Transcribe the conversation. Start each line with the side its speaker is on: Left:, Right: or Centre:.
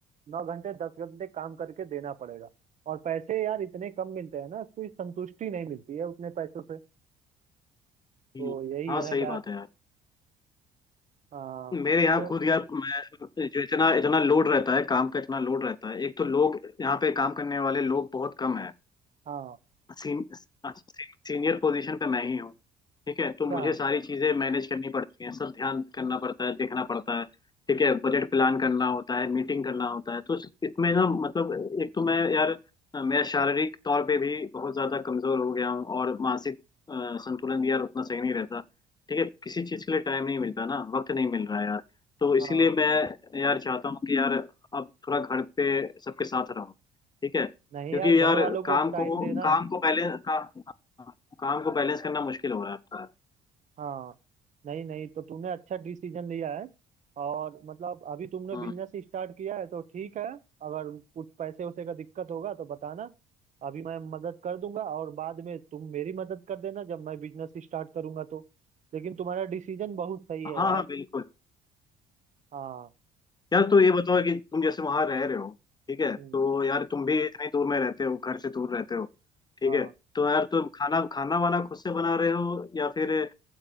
Right: नौ घंटे दस घंटे काम करके देना पड़ेगा और पैसे यार इतने कम मिलते हैं ना कोई संतुष्टि नहीं मिलती है उतने पैसों से
Left: हम्म,
Right: तो यही
Left: हाँ
Right: है
Left: सही
Right: यार
Left: बात है यार
Right: हाँ
Left: मेरे
Right: तो
Left: यहाँ खुद यार मैं जो इतना इतना लोड रहता है काम का इतना लोड रहता है एक तो लोग यहाँ पे काम करने वाले लोग बहुत कम है
Right: हाँ
Left: सीन, सीनियर पोजीशन पे मैं ही हूँ ठीक
Right: अच्छा
Left: है तो मुझे सारी चीजें मैनेज करनी पड़ती हैं सब ध्यान करना पड़ता है देखना पड़ता है ठीक है बजट प्लान करना होता है मीटिंग करना होता है तो इस- इसमें ना मतलब एक तो मैं यार अ, मैं शारीरिक तौर पे भी बहुत ज्यादा कमजोर हो गया हूँ और मानसिक अ, संतुलन भी यार उतना सही नहीं रहता ठीक है किसी चीज के लिए टाइम नहीं मिलता ना वक्त नहीं मिल रहा है यार तो इसीलिए
Right: हाँ
Left: मैं यार चाहता हूँ कि यार अब थोड़ा घर पे सबके साथ रहूँ ठीक है क्योंकि
Right: नहीं यार घर
Left: यार
Right: वालों को
Left: काम
Right: टाइम
Left: को
Right: देना
Left: काम को बैलेंस का काम को बैलेंस करना मुश्किल हो रहा है आपका
Right: हाँ नहीं नहीं तो तुमने अच्छा डिसीजन लिया है और मतलब अभी तुमने
Left: हम्म
Right: बिजनेस स्टार्ट किया है तो ठीक है अगर कुछ पैसे वैसे का दिक्कत होगा तो बताना अभी मैं मदद कर दूंगा और बाद में तुम मेरी मदद कर देना जब मैं बिजनेस स्टार्ट करूंगा तो लेकिन तुम्हारा डिसीजन बहुत सही है
Left: हाँ
Right: यार
Left: हाँ बिल्कुल
Right: हाँ
Left: यार तो ये बताओ कि तुम जैसे वहां रह रहे हो ठीक है
Right: हम्म,
Left: तो यार तुम भी इतनी दूर में रहते हो घर से दूर रहते हो ठीक
Right: हाँ
Left: है तो यार तुम खाना खाना वाना खुद से बना रहे हो या फिर अ,